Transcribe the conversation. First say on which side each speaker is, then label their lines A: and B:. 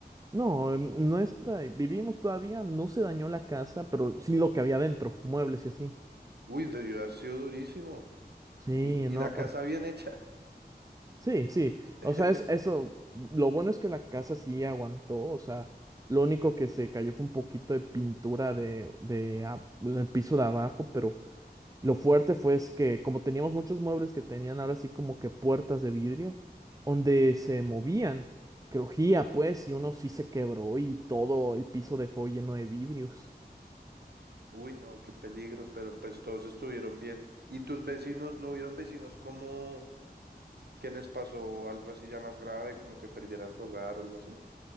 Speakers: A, on the right (about 20°); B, on the right (about 75°).
A: no, em, nuestra, eh, vivimos todavía, no se dañó la casa, pero
B: ok
A: sí lo que había dentro, muebles y así.
B: Uy, debió haber sido durísimo.
A: Sí,
B: Y,
A: no,
B: y la casa bien hecha.
A: Sí, sí.
B: <laughs>
A: O sea, es eso. Lo bueno es que la casa sí aguantó. O sea, lo único que se cayó fue un poquito de pintura de, de ab- del piso de abajo, pero lo fuerte fue es que como teníamos muchos muebles que tenían ahora sí como que puertas de vidrio, donde se movían, crujía pues, y uno sí se quebró y todo el piso dejó lleno de vidrios.
B: Uy, no, qué peligro, pero pues todos estuvieron bien. ¿Y tus vecinos, no hubieron vecinos como que les pasó algo así ya más grave, como que perdieran su hogar o algo así?